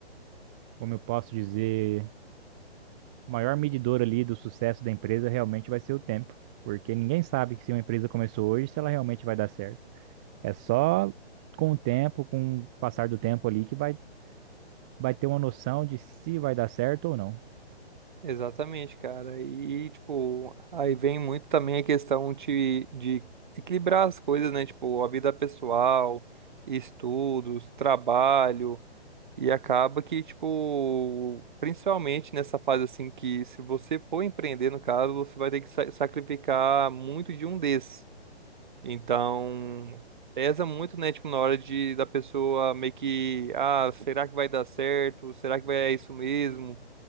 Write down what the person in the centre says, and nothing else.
como eu posso dizer, o maior medidor ali do sucesso da empresa realmente vai ser o tempo, porque ninguém sabe que se uma empresa começou hoje, se ela realmente vai dar certo. É só com o tempo, com o passar do tempo ali, que vai, vai ter uma noção de se vai dar certo ou não.